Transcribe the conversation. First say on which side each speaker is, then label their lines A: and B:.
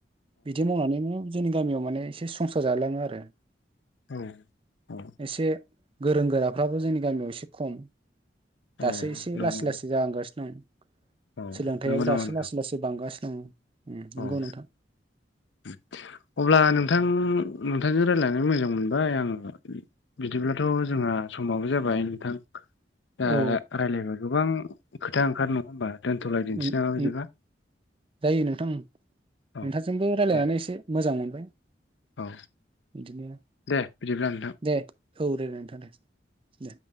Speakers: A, on the right; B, on the left.
A: बिदि मावनानैनो जोंनि गामियाव माने एसे संसार जालाङो आरो
B: उम
A: एसे गोरों गोराफ्राबो जोंनि गामियाव एसे खम दासो
B: औ
A: एसे
B: नंगौ
A: लासै लासै जालांगासिनो दं
B: औ
A: सोलोंथाइयाबो
B: नंगौ नामा
A: दासो
B: नोंथां
A: लासै लासै बांगासिनो दं। उम
B: औ
A: नंगौ नोंथां
B: <unintelligible> अब्ला नोंथां नोंथांजों रायज्लायनानै मोजां मोनबाय आङो। बिदिब्लाथ' जोंहा समाबो जाबाय नोंथां। दा
A: औ
B: रायज्लायबा गोबां खोथा ओंखारो नङा होमबा दोनथ'लायदिसै
A: उम
B: बिदिबा
A: उम जायो नोंथां ओङ
B: औ
A: नोंथांजोंबो रायजलायनानै
B: दे
A: एसे मोजां मोनबाय।
B: औ
A: बिदिनो-
B: दे बिदिब्ला नोंथां!
A: दे औ दे दे नोंथां दे! दे